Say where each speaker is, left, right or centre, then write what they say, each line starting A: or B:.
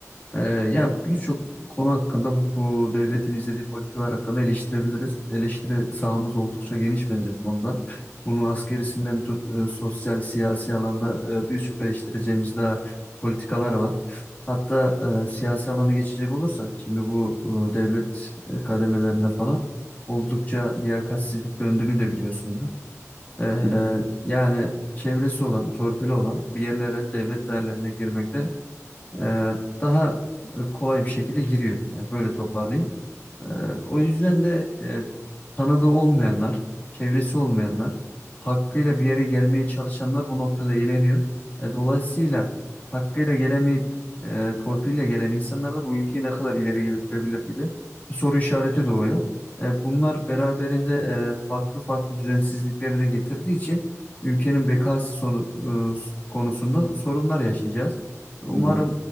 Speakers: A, on the left; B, on the right.
A: Ee, ya birçok konu hakkında bu, bu devletin izlediği politikalar hakkında eleştirebiliriz. Eleştiri sahamız oldukça geniş bence bu konuda. Bunun askerisinden tut e, sosyal, siyasi alanda e, birçok eleştireceğimiz daha politikalar var. Hatta e, siyasi alana geçecek olursak şimdi bu e, devlet e, kademelerinde falan oldukça liyakatsizlik döndüğünü de biliyorsundur. Ee,
B: Hı hı.
A: yani çevresi olan, torpili olan bir yerlere devlet değerlerine girmekte e, daha e, kolay bir şekilde giriyor. Yani böyle toparlayayım. Ee, o yüzden de e, tanıdığı olmayanlar, çevresi olmayanlar, hakkıyla bir yere gelmeye çalışanlar bu noktada eğleniyor. E, dolayısıyla hakkıyla gelemeyip e, torpille gelen insanlar da bu ülkeyi ne kadar ileriye götürebilir gibi bir soru işareti doğuyor. E, bunlar beraberinde e, farklı farklı düzensizlikleri de getirdiği için ülkenin bekası sonu, e, konusunda sorunlar yaşayacağız. Umarım
B: Hı hı.